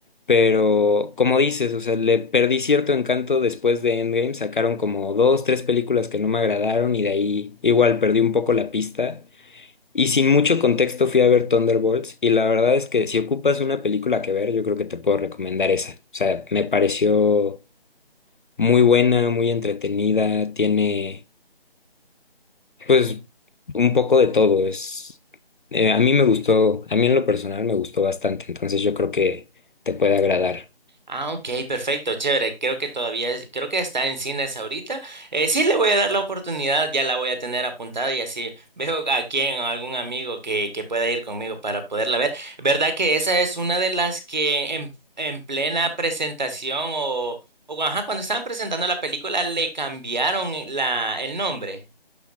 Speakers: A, on the left; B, on the right.
A: pero como dices, o sea, le perdí cierto encanto después de Endgame, sacaron como dos, tres películas que no me agradaron y de ahí igual perdí un poco la pista. Y sin mucho contexto fui a ver Thunderbolts y la verdad es que si ocupas una película que ver, yo creo que te puedo recomendar esa. O sea, me pareció muy buena, muy entretenida, tiene... Pues un poco de todo es eh, a mí me gustó, a mí en lo personal me gustó bastante, entonces yo creo que te puede agradar.
B: Ah, ok, perfecto, chévere. Creo que todavía, es- creo que está en cines ahorita. Eh, sí, le voy a dar la oportunidad, ya la voy a tener apuntada y así veo a quién o algún amigo que, que pueda ir conmigo para poderla ver. ¿Verdad que esa es una de las que en, en plena presentación o, o ajá, cuando estaban presentando la película le cambiaron la, el nombre?